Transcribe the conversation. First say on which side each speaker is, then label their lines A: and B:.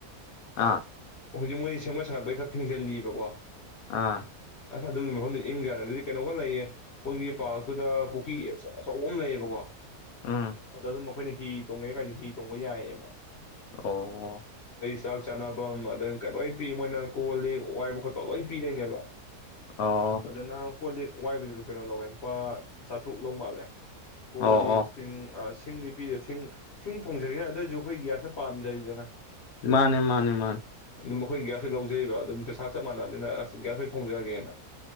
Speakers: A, on the left; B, on the left.
A: ꯑꯥ
B: ꯍꯧꯖꯤꯛ ꯃꯣꯏ ꯁꯦꯝꯒꯠ ꯁꯥꯒꯠꯄꯒꯤ ꯈꯔ ꯊꯤꯡꯖꯤꯜꯂꯤꯕꯀꯣ
A: ꯑꯥ
B: ꯑꯁ ꯑꯗꯨꯒꯤ ꯃꯐꯝꯗꯨ ꯏꯪꯖꯗ ꯑꯗꯨꯗꯤ ꯀꯩꯅꯣꯝ ꯈꯔ ꯂꯩꯌꯦ ꯑꯩꯈꯣꯏꯒꯤ ꯄꯥꯔꯛꯇꯨꯗ ꯄꯨꯈ꯭ꯔꯤ ꯑꯆꯧꯕ ꯑꯃ ꯂꯩꯌꯦꯕꯀꯣ
A: ꯎꯝ
B: ꯑꯗꯣ ꯑꯗꯨꯝ ꯑꯩꯈꯣꯏꯟ ꯍꯤ ꯇꯣꯡꯉꯦ ꯀꯥꯏꯦ ꯍꯤ ꯇꯣꯡꯕ ꯌꯥꯏꯑꯕ <inaudible>
A: ꯑꯣ
B: ꯆꯥꯛ ꯆꯥꯅꯐꯝ ꯑꯩ ꯀ ꯂꯣꯏ ꯄꯤ ꯃꯣꯏꯅ ꯀꯣꯜ ꯂꯤꯛ ꯋꯥꯏꯕ ꯈꯣꯠꯄ ꯂꯣꯏ ꯄꯤꯗꯣꯏꯅꯦꯕ
A: ꯑꯣ
B: ꯑꯗ ꯅ ꯀꯣꯜꯂꯤꯛ ꯋꯥꯏꯕꯗꯨ ꯂ ꯀꯩꯅꯣ ꯂꯧꯋꯦ ꯂꯨꯄꯥ ꯆꯥꯇ꯭ꯔꯨꯛ ꯂꯧ ꯃꯥꯜꯂꯦ ꯀꯣꯜ
A: ꯑꯣ
B: ꯂꯤꯛ
A: ꯑꯣ
B: ꯁꯤꯡ ꯁꯤꯡꯗꯤ ꯄꯤꯔꯁꯤ ꯁꯤꯡ ꯊꯣꯡꯖꯒꯦ ꯑꯗꯨꯑꯣꯏꯁꯨ <unintelligible>
A: ꯃꯥꯅꯦ ꯃꯥꯅꯦ ꯃꯥꯅꯦ
B: ꯑꯗꯨꯝ ꯃꯈꯣꯏ ꯒ꯭ꯌꯥꯁꯣꯏ ꯂꯧꯖꯩꯕ ꯑꯗꯨꯝ ꯄꯩꯁꯥ ꯆꯞ ꯃꯥꯟꯅꯕꯅꯤꯅ ꯑꯁ ꯒ꯭ꯌꯥꯁ ꯑꯣꯏꯅ ꯊꯣꯡꯖꯔꯒꯦꯅ